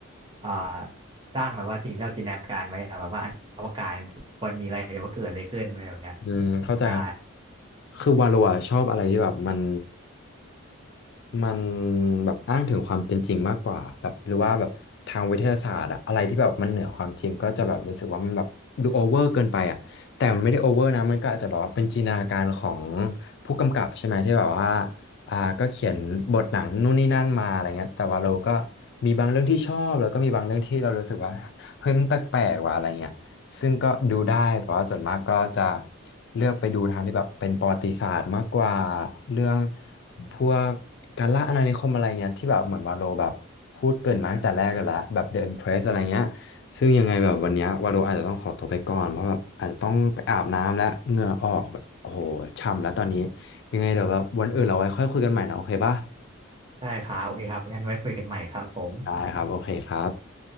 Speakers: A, on the right; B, on the left.
A: อ่าสร้างแบบว่าสิ่งที่เราจินตนาการไว้อะแบบว่าอนอวกาศมันมีอะไรว่าเกิดอะไรขึ้นอะไรแบบเนี้ย
B: อืมเข้าใจครับ
A: ได้
B: คือวาโลอะชอบอะไรที่แบบมันมันแบบอ้างถึงความเป็นจริงมากกว่าแบบหรือว่าแบบทางวิทยาศาสตร์อะอะไรที่แบบมันเหนือความจริงก็จะแบบรู้สึกว่ามันแบบดูโอเวอร์เกินไปอะแต่มันไม่ได้โอเวอร์นะมันก็อาจจะแบบว่าเป็นจินตนาการของผู้กำกับใช่ไหมที่แบบว่าอ่าก็เขียนบทหนังนู่นนี่นั่นมาอะไรเงี้ยแต่ว่าเราก็มีบางเรื่องที่ชอบแล้วก็มีบางเรื่องที่เรารู้สึกว่า <laughs> เฮ้ยมันแปลกๆว่ะอะไรเงี้ย ซึ่งก็ดูได้แต่ว่าส่วนมากก็จะเลือกไปดูทางที่แบบเป็นประวัติศาสตร์มากกว่าเรื่องพวกการล่าอาณานิคมอะไรเงี้ยที่แบบเหมือนวาโลแบบพูดเกริ่นมาตั้งแต่แรกกันแล้วแบบ The Empress อะไรเงี้ยซึ่งยังไงแบบวันเนี้ยวาโลอาจจะต้องขอตัวไปก่อนเพราะแบบอาจจะต้องไปอาบน้ำแล้วเหงื่อออกแบบโอ้โหช่ำแล้วตอนนี้ยังไงเดี๋ยวแบบวันอื่นเราไว้ค่อยคุยกันใหม่นะโอเคป่ะ
A: ได้ครับโอเคครับงั้นไว้คุยกันใหม่ครับผม
B: ได้ครับโอเคครับ